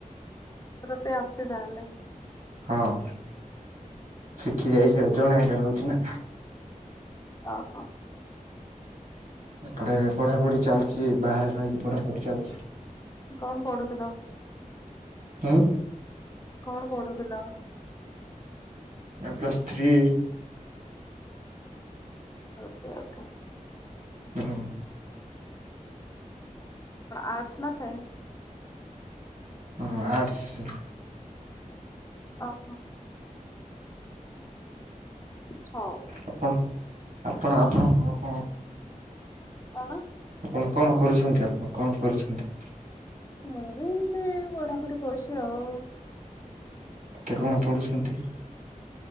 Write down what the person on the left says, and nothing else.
ରୋଷେଇ ଆସୁଛି ତାହେଲେ
ଅ-ହ।
କଣ ପଢୁଥିଲ?
କଣ ପଢ଼ୁଥିଲ?
ଓକେ-ଓକେ।
ଆର୍ଟସ ନା ସାାଇନ୍ସ।
ଓ ହୋ। ହଉ।
କଣ?
ମୁଁ ବି ଗୋଟେ ପଢ଼ାପଢ଼ି କରୁଛି ଆଉ।